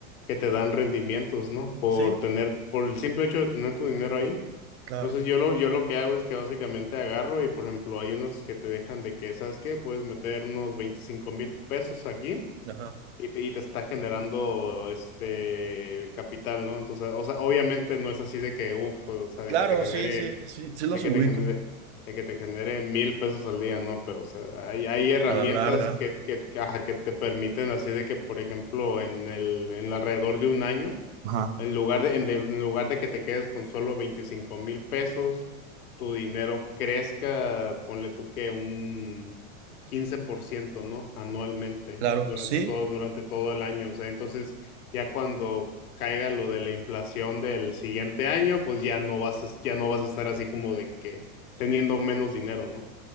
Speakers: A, on the left; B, on the right.
A: que te dan rendimientos, ¿no? Por
B: Sí,
A: tener, por el simple hecho de tener tu dinero ahí.
B: claro.
A: Entonces yo lo, yo lo que hago es que básicamente agarro y por ejemplo hay unos que te dejan de que, ¿sabes qué? Puedes meter unos veinticinco mil pesos aquí
B: Ajá.
A: y te, y te está generando este capital, ¿no? Entonces, o sea, obviamente no es así de que, uff, o sea, de
B: Claro,
A: que te genere,
B: sí, sí, sí, sí los
A: de que
B: ubico
A: te genere, de que te genere mil pesos al día, ¿no? Pero, o sea, hay, hay herramientas
B: a la larga.
A: que, que, que, ajá, que te permiten así de que, por ejemplo, en el, en alrededor de un año
B: Ajá.
A: en lugar de, en, de- en lugar de que te quedes con solo veinticinco mil pesos, tu dinero crezca, ponle tú que un quince por ciento ¿no? Anualmente,
B: Claro,
A: durante
B: sí,
A: todo, durante todo el año. O sea, entonces ya cuando caiga lo de la inflación del siguiente año, pues ya no vas a, ya no vas a estar así como de que teniendo menos dinero, ¿no?